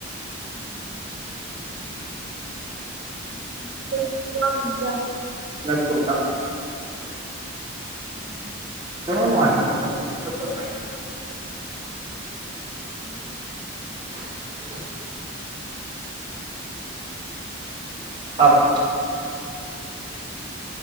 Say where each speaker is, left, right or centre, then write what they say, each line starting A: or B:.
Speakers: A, on the right; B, on the right.
A: ꯎꯝ <unintelligible>
B: <unintelligible>
A: ꯎꯝ
B: <unintelligible>
A: ꯎꯝ
B: <unintelligible> ꯇꯥꯕ꯭ꯔꯣ